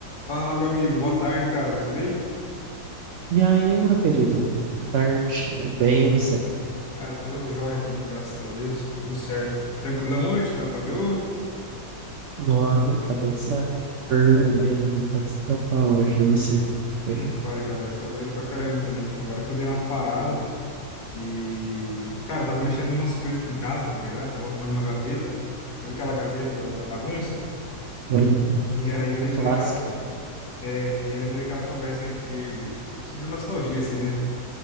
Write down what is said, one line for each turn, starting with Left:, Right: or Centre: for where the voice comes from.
Left: Fala, meu amigo. Boa tarde, cara. Tudo bem?
Right: E aí, meu querido? Tarde, bem você?
Left: Cara, tô joia também, graças a Deus. Tudo certo. Tranquilão hoje? Trabalhou?
Right: Nossa, cabeça fervendo de tanto trampar hoje, eu não sei como foi.
Left: Não fale, cara. Hoje trabalhei pra caramba também. Agora que eu dei uma parada e... Cara, tava mexendo em umas coisas aqui em casa, na verdade. Tava arrumando uma gaveta. Sabe aquela gaveta
Right: Hum,
Left: da, da bagunça?
Right: tô-
Left: E aí
Right: hum,
Left: eu lembrei
Right: clássico.
Left: daquela... É, e aí eu lembrei daquela conversa que a gente teve de- so- sobre nostalgia, assim, né?